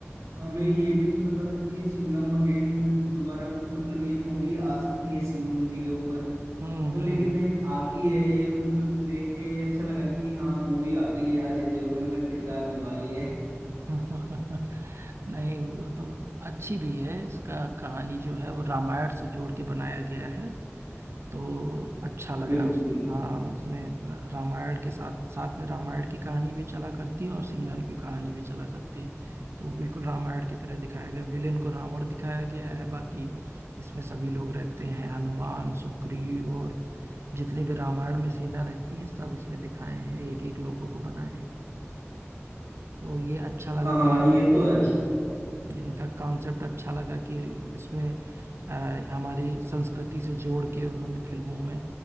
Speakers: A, on the right (about 80°); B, on the right (about 60°).
A: हमें ये भी नहीं पता था कि सिंघम अगेन दोबारा मतलब ये मूवी आ सकती है सिंघम जी के ऊपर
B: हम्म
A: तो
B: हम्म
A: लेकिन आ गई है ये मतलब देख के अच्छा लगा कि हाँ मूवी आ गई है अजय देवगन का किरदार निभा रही है
B: हम्म <laughs> नहीं वो तो अच्छी भी है इसका कहानी जो है वो रामायण से जोड़ के बनाया गया है तो अच्छा लगा
A: बिल्कुल
B: उस
A: बिल्कुल
B: हाँ उसमें रा- रामायण के साथ साथ में रामायण की कहानी भी चला करती है और सिंघम की कहानी भी चला करती है तो बिल्कुल रामायण की तरह दिखाया गया विलेन को रावण दिखाया गया है बाकी इसमें सभी लोग रहते हैं हनुमान सुग्रीव और जितने भी रामायण में सेना रहती है सब इसमें दिखाए हैं एक एक लोगों को बनाए हैं तो ये अच्छा लगा
A: हाँ
B: का
A: ये तो है
B: इनका कॉन्सेप्ट अच्छा लगा कि इसमें अ, हमारी संस्कृति से जोड़ के उन्होंने फिल्मों में